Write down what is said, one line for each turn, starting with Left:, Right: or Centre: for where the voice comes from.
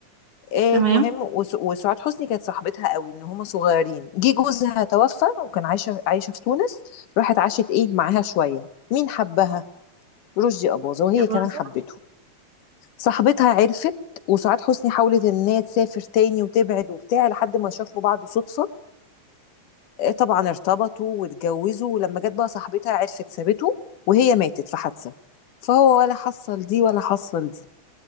Left: آآ
Right: تمام
Left: المهم وس وسُعاد حسني كانت صاحبتها أوي من وهُم صغيّرين، جِه جوزها توفّى وكان عايشة عايشة في تونس، راحت عاشت إيه، معاها شوية، مين حبّها؟ رُشدي أباظة وهي
Right: يا برزة
Left: كمان حبّته، صاحبتها عرفِت وسُعاد حسني حاولت إن هي تسافر تاني وتبعد وبتاع لحد ما شافوا بعض صُدفة طبعا ارتبطوا واتجوزوا ولما جت بقى صاحبتها عرفت سابته وهي ماتت في حادثة فهو ولا حصل دي ولا حصل دي